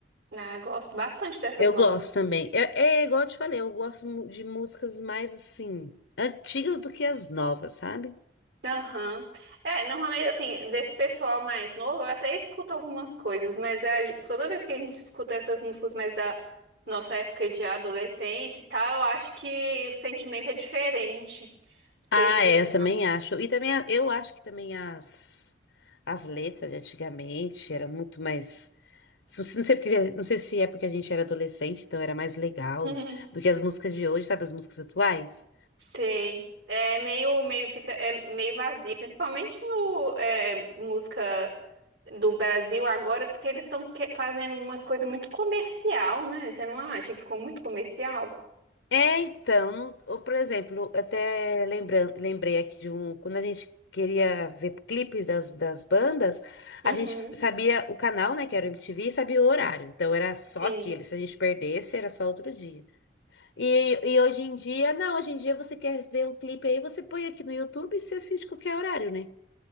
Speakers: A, on the right (about 80°); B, on the left (about 85°).
A: Ah, eu gosto bastante dessas
B: eu
A: bandas.
B: gosto também. É, é igual eu te falei, eu gosto mu- de músicas mais assim, antigas do que as novas, sabe?
A: Aham. É, normalmente, assim, desse pessoal mais novo, eu até escuto algumas coisas, mas a gen- toda vez que a gente escuta essas músicas mais da nossa época de adolescência e tal, eu acho que o sentimento é diferente. Não sei
B: Ah,
A: explicar.
B: é, eu também acho. E também a- eu acho que também as, as letras de antigamente eram muito mais. Não sei, não sei porque- não sei se é porque a gente era adolescente, então era mais legal
A: <laughs>
B: do que as músicas de hoje, sabe? As músicas atuais.
A: Sei. É meio, meio fica, é meio vazia, principalmente no é, música do Brasil agora, porque eles estão fazendo umas coisas muito comercial, né? Você não acha que ficou muito comercial?
B: É, então, não- ou, por exemplo, até lembran- lembrei aqui de um, quando a gente queria ver clipes das, das bandas,
A: Uhum.
B: a gente f- sabia o canal, né, que era o MTV, e sabia o horário. Então era só
A: Sim.
B: aquele, se a gente perdesse, era só outro dia. E, e hoje em dia, não, hoje em dia você quer ver um clipe aí, você põe aqui no YouTube e você assiste qualquer horário, né?